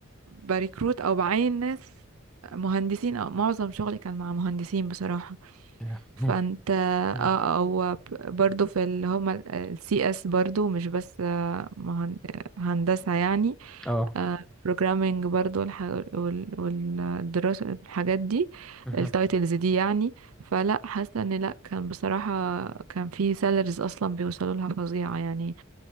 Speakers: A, on the right; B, in the centre.
A: بريكروت او بعين ناس مهندسين او معظم شغلي كان مع مهندسين بصراحة
B: ياه. مم.
A: فانت اه
B: مم.
A: او ب- برضو في اللي هما السي اس برضو مش بس آه، مهن... آه، هندسة يعني
B: اه
A: بروجرامينج برضو والح... وال... والدراسة الحاجات دي
B: مهم.
A: التايتلز دي يعني فلا حاسة ان لا كان بصراحة كان في سالاريز اصلا بيوصلوا لها فظيعة يعني